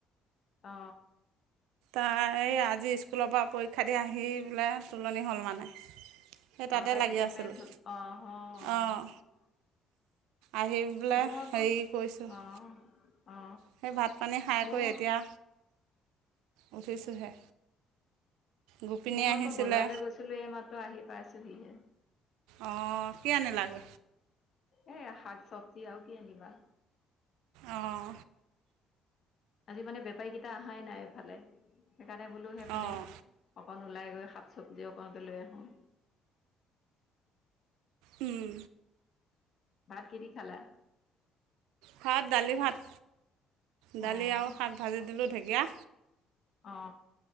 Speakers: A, on the left (about 50°); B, on the right (about 75°).
A: অ
B: তাই আজি স্কুলৰ পৰা পৰীক্ষা দি আহি বোলে তুলনি হ'ল মানে সেই তাতে
A: আহ তাই
B: লাগি
A: ছেকেণ্ড
B: আছিলোঁ
A: মে আহ আহ
B: অঁ
A: অ <unintelligible>
B: আহি পেলাই
A: ময়ো আকৌ
B: হেৰি কৈছোঁ <inaudible>
A: অ অ
B: সেই ভাত পানী খাইকৈ
A: ময়ো
B: এতিয়া উঠিছোঁহে গোপিনী
A: মই
B: আহিছিলে
A: আকৌ বজাৰলৈ গৈছিলো এইমাত্ৰ আহি পাইছো হিয়ে
B: অ কিয় নিলা <inaudible>
A: এ শাক চব্জি আৰু কি আনিবা
B: অঁ
A: আজি মানে বেপাৰীকেইটা আহায় নাই এইফালে সেইকাৰণে বোলো সেইফালে
B: অঁ
A: অকন ওলাই গৈ শাক চব্জি অকনকে লৈ আহো
B: উম
A: ভাট কিয় দি খালা <inaudible>
B: ভাত দালি ভাত দালি
A: অ',
B: আৰু শাক ভাজি দিলোঁ ঢেকীয়া
A: অ